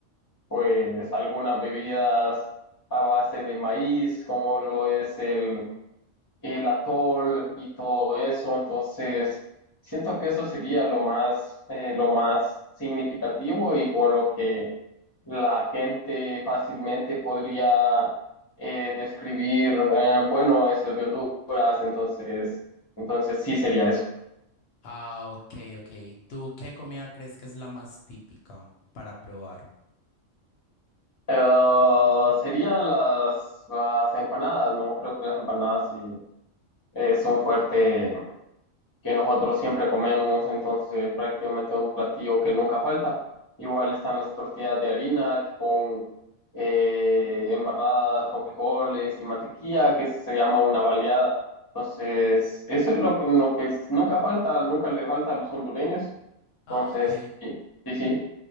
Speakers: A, on the left; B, on the left.
A: pues algunas bebidas a base de maíz, como lo es el el atol y todo eso. Entonces, siento que eso sería lo más, eh, lo más significativo y con lo que la gente fácilmente podría eh, describir, eh, bueno, eso es de Honduras, entonces, entonces sí sería eso.
B: Ah, ok, ok. ¿Tú qué comida crees que es la más típica para probar?
A: Eh, serían las, las empanadas, ¿no? Creo que las empanadas sí es un fuerte que nosotros siempre comemos, entonces prácticamente es un platillo que nunca falta. Igual están las tortillas de harina con eh, embarradas, con frijoles y mantequilla, que se llama una baleada. Entonces, eso es lo que, lo que es- nunca falta, nunca le falta a los hondureños.
B: Ah,
A: Entonces,
B: ok.
A: sí, sí. sí.